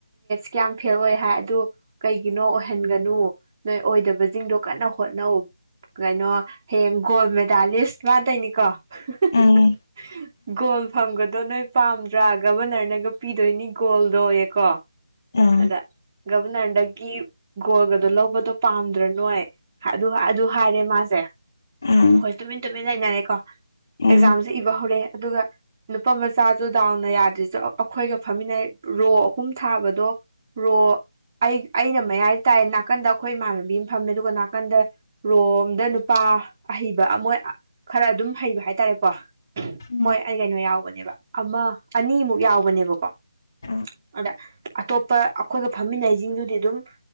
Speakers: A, on the right; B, on the left.
A: ꯀꯌꯥꯝ ꯐꯦꯜ ꯑꯣꯏ ꯍꯥꯏ ꯑꯗꯨ ꯀꯩꯒꯤꯅꯣ ꯑꯣꯏꯍꯟꯒꯅꯨ ꯅꯣꯏ ꯑꯣꯏꯗꯕꯁꯤꯡꯗꯣ ꯀꯟꯅ ꯍꯣꯠꯅꯧ ꯀꯩꯅꯣ ꯍꯌꯦꯡ ꯒꯣꯜ ꯃꯦꯗꯥꯂꯤꯁ ꯃꯥꯇꯩꯅꯤꯀꯣ <inaudible>
B: ꯎꯝ
A: ꯒꯣꯜ ꯐꯪꯕꯗꯣ ꯅꯣꯏ ꯄꯥꯝꯗ꯭ꯔꯥ ꯒꯕꯔꯅꯔꯅꯒ ꯄꯤꯗꯣꯏꯅꯤ ꯒꯣꯜꯗꯣꯌꯦꯀꯣ
B: ꯎꯝ
A: ꯑꯗ ꯒꯞ ꯅꯗꯒꯤ ꯒꯣꯜꯒꯗꯣ ꯂꯧꯕꯗꯣ ꯄꯥꯝꯗ꯭ꯔꯥ ꯅꯣꯏ ꯑꯗꯨ ꯑꯗꯨ ꯍꯥꯏꯔꯦ ꯃꯥꯁꯦ
B: ꯎꯝ
A: ꯍꯣꯏ ꯇꯨꯃꯤꯟ ꯇꯨꯃꯤꯟ ꯂꯩꯅꯔꯦꯀꯣ
B: ꯎꯝ
A: ꯑꯦꯛꯖꯥꯝꯁꯦ ꯏꯕ ꯍꯧꯔꯛꯑꯦ ꯑꯗꯨꯒ ꯅꯨꯄꯥ ꯃꯆꯥꯁꯨ ꯗꯥꯎꯅ ꯌꯥꯗ꯭ꯔꯁꯨ ꯑꯩꯈꯣꯏꯒ ꯐꯝꯃꯤꯟꯅꯩ ꯔꯣ ꯑꯍꯨꯝ ꯊꯥꯕꯗꯣ ꯔꯣ ꯑꯩ ꯑꯩꯅ ꯃꯌꯥꯏ ꯇꯥꯏꯦ ꯅꯥꯀꯟꯗ ꯑꯩꯈꯣꯏ ꯏꯃꯥꯟꯅꯕꯤ ꯑꯃ ꯐꯝꯃꯦ ꯑꯗꯨꯒ ꯅꯥꯀꯟꯗ ꯔꯣ ꯑꯝꯗ ꯅꯨꯄꯥ ꯑꯍꯩꯕ ꯑꯃ ꯈꯔ ꯑꯗꯨꯝ ꯍꯩꯕ ꯍꯥꯏ ꯇꯔꯦ ꯄꯣ
B: ꯎꯝ
A: ꯃꯣꯏ ꯑꯩ ꯀꯩꯅꯣ ꯌꯥꯎꯕꯅꯤ ꯅꯦꯕ ꯑꯃ ꯑꯅꯤꯃꯨꯛ ꯌꯥꯎꯕꯅꯦꯕꯀꯣ
B: ꯎꯝ
A: ꯑꯗ ꯑꯇꯣꯞꯄ ꯑꯩꯈꯣꯏꯒ ꯐꯝꯃꯤꯟꯅꯩꯁꯤꯡꯗꯨꯗꯤ ꯑꯗꯨꯝ